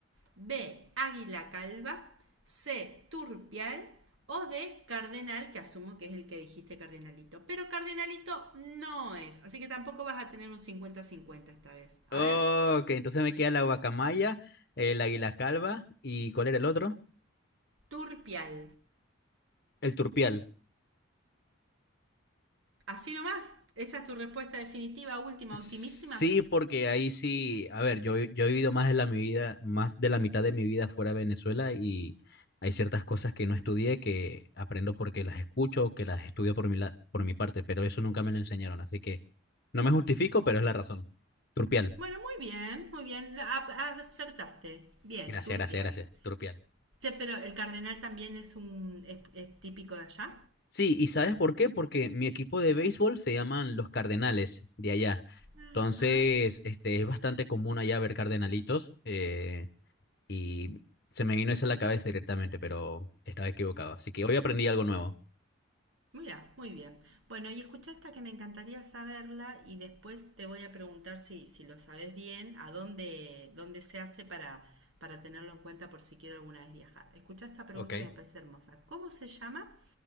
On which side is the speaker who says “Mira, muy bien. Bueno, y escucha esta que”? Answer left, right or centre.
Right